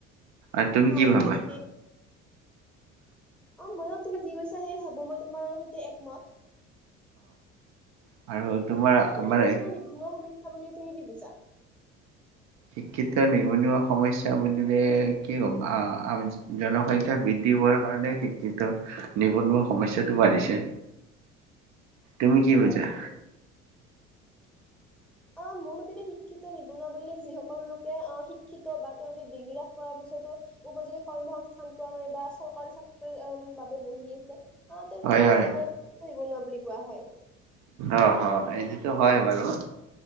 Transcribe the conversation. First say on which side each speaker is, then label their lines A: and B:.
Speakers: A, on the right; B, in the centre.
A: আৰু তুমি
B: হয়
A: কি ভাবা?
B: হয় ঠিকেই অ ময়ো তুমি যি কৈছাহে ভাবো। ম মই তোমাৰৰ সৈতে একমত।
A: অ আৰু তোমাৰ
B: বাৰু
A: আমাৰ
B: শিক্ষিত নিবনুৱা সমস্যা বুলিলে তুমি কি বুজা
A: শিক্ষিত নিবনুৱা সমস্যা বুলিলে কি ক'ম আহ জনসংখ্যা বৃদ্ধি হোৱাৰ কাৰণে শিক্ষিত নিবনুৱা সমস্যটো বাঢ়িছে তুমি কি
B: হয়
A: বুজা
B: ঠিক অ মোৰ মতে শিক্ষিত নিবনুৱা বুলিলে যিসকল লোকে অ শিক্ষিত বা তেওঁলোকে ডিগ্ৰী লাভ কৰাৰ পিছতো উপযোগী কৰ্মসংস্থান পোৱা নাই বা চৰকাৰী চাকৰি বাবে বহি আছে অ তেনেকোৱা
A: হয়,
B: কেচ
A: হয়,
B: অ নিবনুৱা বুলি কোৱা হয়
A: অ হয় এইটোতো হয় বাৰু